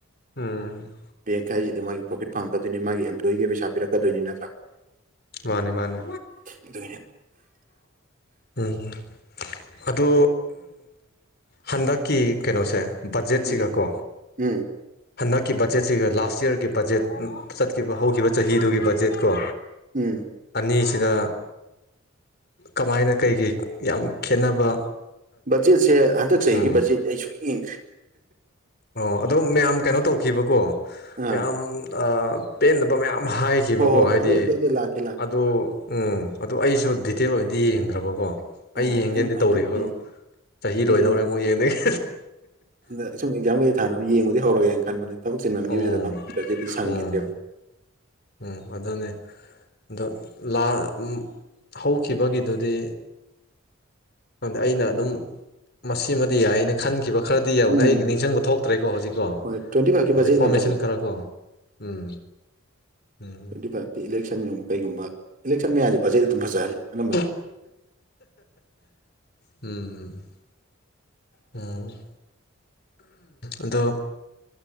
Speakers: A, on the left; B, on the right.
A: ꯎꯝ
B: ꯕꯦꯡ ꯍꯥꯏꯁꯤꯗꯤ ꯃꯥꯒꯤ ꯄ꯭ꯔꯣꯐꯤꯠ ꯐꯪꯉꯛꯀꯥꯗꯣꯏꯅꯤ ꯃꯥꯒꯤ ꯑꯦꯝꯄ꯭ꯂꯣꯌꯒꯤ ꯄꯩꯁꯥ ꯄꯤꯔꯛꯀꯗꯣꯏꯅꯤ ꯅꯠꯇ꯭ꯔꯥ
A: ꯃꯥꯅꯦ ꯃꯥꯅꯦ
B: ꯑꯗꯨꯒꯤꯅꯤꯗ
A: ꯎꯝ ꯑꯗꯨ ꯍꯟꯗꯛꯀꯤ ꯀꯩꯅꯣꯁꯦ ꯕꯖꯦꯠꯁꯤꯒ
B: ꯎꯝ
A: ꯀꯣ
B: ꯎꯝ
A: ꯍꯟꯗꯛꯀꯤ ꯕꯖꯦꯠꯁꯤꯒ ꯂꯥꯁ ꯌꯔꯒꯤ ꯕꯖꯦꯠ ꯆꯠꯈꯤꯕ ꯍꯧꯈꯤꯕ ꯆꯍꯤꯗꯨꯒꯤ ꯕꯖꯦꯠꯀꯣ
B: ꯎꯝ
A: ꯑꯅꯤꯁ ꯁꯤꯗ ꯀꯃꯥꯏꯅ ꯀꯩꯀꯩ ꯌꯥꯝ ꯈꯦꯠꯅꯕ
B: ꯕꯖꯦꯠꯁꯦ ꯍꯟꯗꯛ ꯆꯍꯤꯒꯤ
A: ꯎꯝ
B: ꯕꯖꯦꯠ ꯑꯩ ꯁꯨꯉꯦꯡ ꯉꯦꯡꯗ꯭ꯔꯤ
A: ꯑꯣ ꯑꯗꯣ ꯃꯌꯥꯝ ꯀꯩꯅꯣ ꯇꯧꯈꯤꯕꯀꯣ
B: ꯑꯥ
A: ꯃꯌꯥꯝ ꯄꯦꯟꯗꯕ ꯃꯌꯥꯝ ꯍꯥꯏꯈꯤꯕꯀꯣ
B: ꯍꯣꯏ ꯍꯣꯏ
A: ꯍꯥꯏꯗꯤ
B: ꯑꯗꯨ ꯑꯗꯨ ꯑꯗꯨ ꯂꯥꯛꯀꯦ ꯂꯥꯛꯀꯦ
A: ꯑ ꯎꯝ ꯑꯗꯨ ꯑꯩꯁꯨ ꯗꯤꯇꯦꯜ ꯑꯣꯏꯅꯗꯤ ꯌꯦꯡꯗ꯭ꯔꯕꯀꯣ
B: ꯑꯣ
A: ꯑꯩ ꯌꯦꯡꯒꯦꯅꯗꯤ
B: ꯍꯟꯗꯛꯀꯤ
A: ꯇꯧꯔꯤꯀ ꯑꯗꯣ ꯆꯍꯤ
B: ꯑꯩꯁꯨꯅꯦ
A: ꯂꯣꯏꯗꯧꯔꯦ ꯃꯣꯏ ꯅꯗꯥꯒꯤ
B: ꯍꯟꯗꯛ ꯁꯨꯝ ꯑꯦꯛꯖꯥꯝ ꯀꯩ ꯊꯥꯟꯅꯕ ꯌꯦꯡꯕꯗꯤ ꯍꯧꯔꯒꯦꯅ ꯈꯟꯕꯅꯦ ꯊꯕꯛ ꯆꯤꯟꯃꯟꯈꯤꯕꯁꯤꯗ
A: ꯎꯝ
B: ꯈꯟꯕ ꯁꯪꯈꯤꯗ꯭ꯔꯦꯕ
A: ꯎꯝ ꯎꯝ ꯑꯗꯨꯅꯦ ꯑꯗꯣ ꯂꯥꯟ ꯍꯧꯈꯤꯕꯒꯤꯗꯨꯗꯤ ꯗ ꯑꯩꯅ ꯑꯗꯨꯝ ꯃꯁꯤꯃꯗꯤ ꯌꯥꯏꯅ ꯈꯟꯈꯤꯕ ꯈꯔꯗꯤ ꯌꯥꯕꯅꯦ
B: ꯎꯝ
A: ꯑꯩ ꯅꯤꯡꯁꯤꯡꯕ ꯊꯣꯛꯇ꯭ꯔꯦꯀꯣ ꯍꯧꯖꯤꯛꯀꯣ
B: ꯍꯣꯏ ꯇ꯭ꯋꯦꯟꯇꯤ ꯐꯥꯏꯚꯀꯤ ꯕꯖꯦꯠ
A: ꯔꯤꯐꯣꯔꯃꯦꯁꯟ
B: ꯌꯥꯝ
A: ꯈꯔꯀꯣ ꯎꯝ ꯎꯝ
B: ꯇꯣꯟꯇꯤ ꯐꯥꯏꯚꯇꯤ ꯏꯂꯦꯛꯁꯟꯒꯨꯝꯕ ꯀꯩꯒꯨꯝꯕ ꯏꯂꯦꯛꯁꯟ ꯃꯌꯥꯁꯦ ꯕꯖꯦꯠ ꯑꯗꯨꯝ ꯐꯖꯍꯜꯂꯦ ꯑꯅꯝꯕꯅ
A: ꯎꯝ ꯎꯝ ꯎꯝ ꯑꯗꯣ